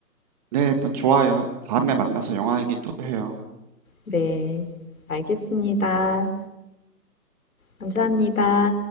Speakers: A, on the right; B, on the left.
A: 네, 좋아요. 다음에 만나서 영화 얘기 또 해요.
B: 네, 알겠습니다. 감사합니다.